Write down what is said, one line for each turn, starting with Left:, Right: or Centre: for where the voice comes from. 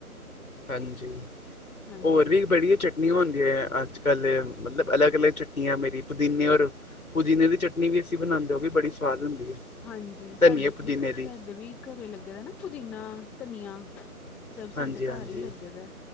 Left: ਹਾਂਜੀ
Centre: ਹਾਂਜੀ।
Left: ਔਰ ਵੀ ਬੜੀ ਚਟਨੀਆਂ ਆਉਦੀਆਂ ਅੱਜ ਕੱਲ ਮਤਲਬ ਅਲੱਗ- ਅਲੱਗ ਚਟ ਤੀਆ ਮੇਰੀ ਪੁਦੀਨੇ ਔਰ, ਪੁਦੀਨੇ ਦੀ ਚਟਨੀ ਵੀ ਅਸੀਂ ਬਣਾਆਂਦੇ, ਔ ਵੀ ਬੜੀ ਸਵਾਦ ਹੁੰਦੀ ਹੈ
Centre: ਹਾਂਜੀ
Left: ਧਨੀਏ
Centre: ਸਾਡੇ
Left: ਪੁਦੀਨੇ
Centre: ਵੀਕ,
Left: ਦੀ
Centre: ਸਾਡੇ ਵੀ ਘਰੇ ਲੱਗੇਆ‌ ਵਾ ਨਾ ਪੁਦੀਨਾ, ਧਨੀਆ ਸਭ ਸਾਡੇ
Left: ਹਾਂਜੀ ਹਾਂਜੀ
Centre: ਘਰ ਈ ਲੱਗਦਾ